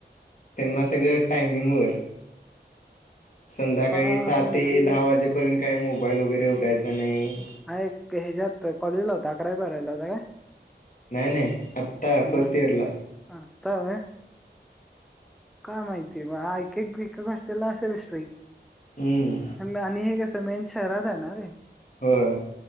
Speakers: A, on the left (about 45°); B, in the centre.
A: त्यांना सगळं टायमिंग वर संध्याकाळी
B: हा
A: सहा
B: म्हणते
A: ते दहा वाजेपर्यंत काय मोबाईल वगैरे उकायचा नाही.
B: हा एक ह्याच्यात कॉलेजला होता. अकरावी बारावीला होता काय?
A: नाय नाय आत्ता फर्स्ट
B: मग
A: इयरला
B: आता होय काय माहिती बा हा एक एक एक एक हॉस्टेला असेल स्ट्रीक
A: हम्म
B: हंम आणि हे कस मेन शहरात हाय ना ते
A: होय.